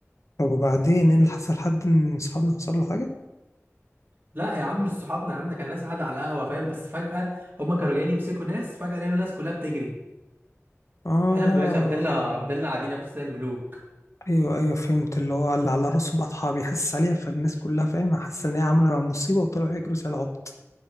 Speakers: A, on the left; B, on the right.
A: طب وبعدين ايه اللي حصل حد من اصحابنا حصل له حاجه
B: لا يا عم مش صحابنا يا عم ده كان ناس قاعده على القهوه فاهم بس فجاه هما كانوا جايين يمسكوا ناس فجاه لقينا الناس كلها بتجري
A: اه
B: احنا في باشا فضلنا فضلنا قاعدين يا باشا زي الملوك
A: ايوه ايوه فهمت اللي هو اللي على راسه بطحه بيحسس عليها فالناس كلها فاهمه حاسه ان هي عامله مصيبه وطلعوا يجروا زي العبط